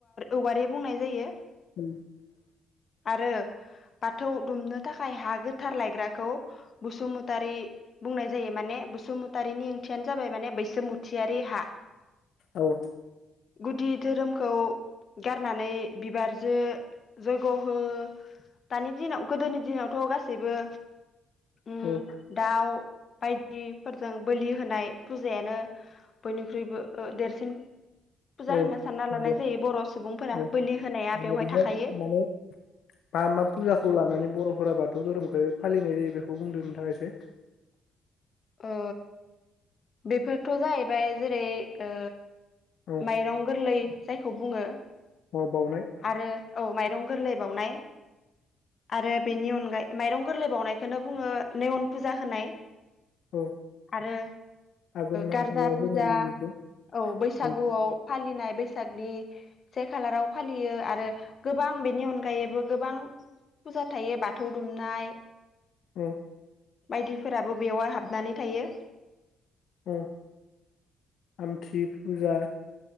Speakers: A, on the left; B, on the left.
A: औवारि बुंनाय जायो
B: <inaudible>
A: आरो बाथौ दुमनो थाखाय हा गोथार लायग्राखौ बसुमतारी बुंनाय जायो माने बसुम तारिनि ओंथियानो जाबाय माने बै बैसोमुथियारि हा
B: औ
A: गुदि धोरोमखौ गारनानै बिबारजो जयग हो दानि दिनाव गोदोनि दिनावथ गासैबो उ
B: औ
A: दाउ बायदिफोरजों बोलि होनाय फुजायानो बयनिख्रुइबो देरसिन सिन फुजा होनना
B: औ
A: सानना लानाय
B: नंगौ
A: जायो बर सुबुंफोरा
B: औ
A: बोलि होनाया
B: बेबायदिनो
A: बेवहाय थाखायो
B: माने मा मा फुजाखौ लानानै बर'फोरा बाथौ धोरोमखौ फालिनाय जायो बेखौ बुंदों नोंथाङा एसे
A: ओ बेफोरथ जाहैबाय जेरै ओ
B: औ
A: माइरं गोरलै जायखौ बुङो
B: ओ बावनाय
A: आरो औ माइरं गोरलै बावउनाय आरो बेनि अनगायै माइरं गोरलै बावनायखौनो बुङो नेेवन फुजा होनाय
B: औ
A: आरो
B: आघोन मांखौआव
A: गारजा फुजा
B: होनाय जायो
A: औ बैसागुआव
B: बेखौ
A: फालिनाय बैसागनि से खालाराव फालियो आरो गोबां बेनि अनगायैबो गोबां फुजा थायो बाथौ दुमनाय
B: ओ
A: बायदिफोराबो बेयावाय हाबनानै थायो
B: अ आमथि फुजा